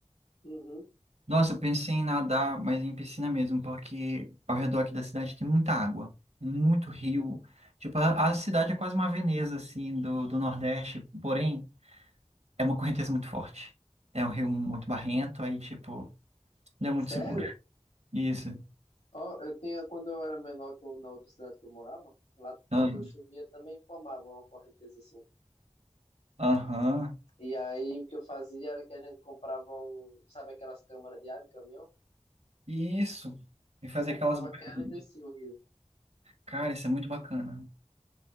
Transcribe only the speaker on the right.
Nossa, eu pensei em nadar, mas em piscina mesmo, porque ao redor aqui da cidade tem muita água, muito rio. Tipo, a, a cidade é quase uma Veneza, assim, do, do Nordeste, porém, é uma correnteza muito forte. É um rio muito barrento, aí, tipo, não é muito
seguro. Isso.
Ah,
Aham.
Isso. E fazer
aquelas. barulhinhas.
Cara, isso é muito bacana.